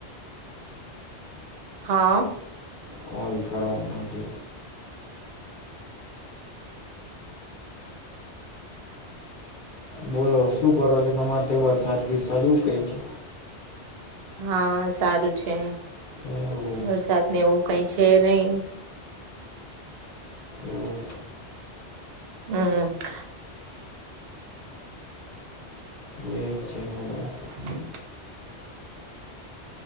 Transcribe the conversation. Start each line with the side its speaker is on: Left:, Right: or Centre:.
Right: હા.
Left: કોલ કરવા માટે. બોલો શું કરો છો, તમાર તઇ વરસાદ બીરસાદ હું કહે છે?
Right: હા સારું છે,
Left: એવું
Right: વરસાદ ને એવું. કઈ છે નહી.
Left: એવું
Right: હમ હમ.
Left: એ જ છે ને બસ.
Right: <inaudible>